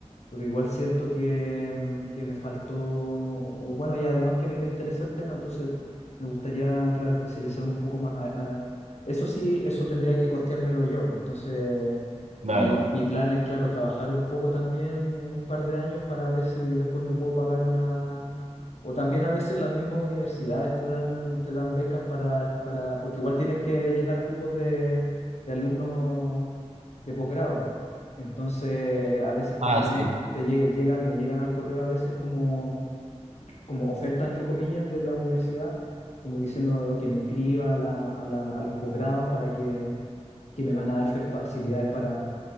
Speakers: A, on the left; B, on the right.
A: pero igual siento que, mm, que me faltó, o bueno, y además que a mí me interesa el tema, entonces me gustaría, claro, especializarme un poco más. a- a- eso sí, eso tendría que costeármelo yo, pues, entonces
B: Claro.
A: mi, mi plan es, claro, trabajar un poco también un par de años para ver si después me puedo pagar una... O también a veces las mismas universidades te dan, te dan becas para, para, porque igual tienen que llenar cupos de, de alumnos de posgrado. Entonces, a veces
B: Ah,
A: también
B: sí,
A: te llega- llegan, me llegan al correo a veces como, como oferta, entre comillas, de la universidad, como diciendo que me inscriba a, la- a la- a los posgrados para que, que me van a dar fe- facilidades para,